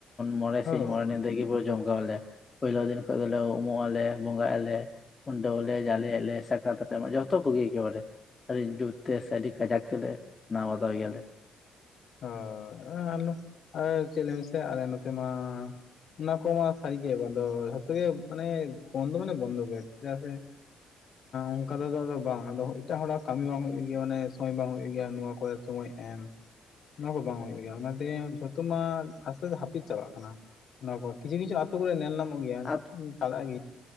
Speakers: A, on the left; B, on the left.
A: ᱢᱚᱬᱮ
B: ᱦᱳᱭ
A: ᱥᱤᱧ ᱢᱚᱬᱮ ᱧᱤᱫᱟᱹ ᱜᱤ ᱵᱚᱞ ᱡᱚᱢ ᱠᱚ ᱮᱢᱟ ᱞᱮᱭᱟ, ᱯᱳᱭᱞᱳ ᱫᱤᱱ ᱠᱷᱚᱡ ᱫᱚᱞᱮ ᱩᱢᱩᱜ ᱟᱞᱮ ᱵᱚᱸᱜᱟᱭᱟᱞᱮ ᱠᱷᱰᱟᱹᱣᱞᱮ ᱡᱟᱞᱮᱭᱟᱞᱮ ᱥᱟᱠᱨᱟᱛ <unintelligible> ᱡᱚᱛᱚ ᱠᱚᱜᱤ ᱮᱠᱮᱱ ᱵᱟᱨᱮ ᱟᱹᱰᱤ ᱡᱩᱛ ᱛᱮ ᱥᱮ ᱟᱹᱰᱤ ᱠᱟᱡᱟᱠ ᱛᱮᱞᱮ ᱱᱟᱣᱟᱛᱟᱣ ᱜᱮᱭᱟ ᱞᱮ
B: ᱦᱳ <unintelligible> ᱟᱨ ᱪᱮᱫ ᱞᱟᱹᱭ ᱢᱮᱥᱮ ᱟᱞᱮ ᱱᱚᱛᱮ ᱢᱟ ᱚᱱᱟ ᱠᱚᱢᱟ ᱥᱟᱨᱤ ᱜᱮ ᱵᱟᱸᱫᱚ ᱡᱚᱛ ᱜᱮ ᱢᱟᱱᱮ ᱵᱚᱱᱫ ᱢᱟᱱᱮ ᱵᱚᱱᱫ ᱜᱮ ᱪᱮᱫᱟᱜ ᱥᱮ ᱚᱝᱠᱟ ᱛᱮᱫᱚ ᱟᱫᱚ ᱵᱟᱝ ᱟᱫᱚ ᱮᱴᱟᱜ ᱦᱚᱲᱟᱜ ᱠᱟᱹᱢᱤ ᱵᱟᱝ ᱦᱩᱭᱩᱜ ᱜᱮᱭᱟ ᱢᱟᱱᱮ ᱥᱚᱢᱚᱭ ᱵᱟᱝ ᱦᱩᱭᱩᱜ ᱜᱮᱭᱟ ᱱᱚᱣᱟ ᱠᱚᱨᱮ ᱥᱚᱢᱚᱭ ᱮᱢ ᱚᱱᱟ ᱠᱚ ᱵᱟᱝ ᱦᱩᱭᱩᱜ ᱜᱮᱭᱟ ᱚᱱᱟᱛᱮ ᱡᱷᱚᱛᱚ ᱢᱟ ᱟᱥᱛᱮ ᱟᱥᱛᱮ ᱦᱟᱹᱯᱤᱫ ᱪᱟᱞᱟᱜ ᱠᱟᱱᱟ ᱚᱱᱟ ᱠᱚ ᱠᱤᱪᱷᱩ ᱠᱤᱪᱷᱩ ᱛᱳᱜᱳᱭ ᱱᱮᱞ ᱧᱟᱢᱚᱜ ᱜᱮᱭᱟ
A: ᱟᱪᱪᱷᱟ ᱟᱨ
B: ᱪᱟᱞᱟᱜ ᱜᱮᱭᱟ